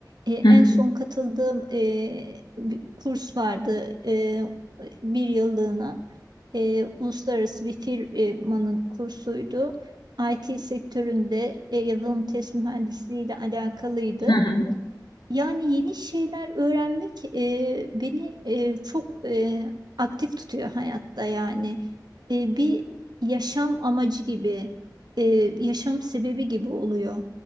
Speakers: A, on the right; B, on the left.
A: E, en
B: Hı hı.
A: son katıldığım e, bir kurs vardı e, bir yıllığına. E, uluslararası bir firmanın kursuydu. IT sektöründe e, yazılım test mühendisliği ile alakalıydı.
B: Hı hı.
A: Yani yeni şeyler öğrenmek e, beni e, çok e, aktif tutuyor hayatta yani. E, bir yaşam amacı gibi, e, yaşam sebebi gibi oluyor.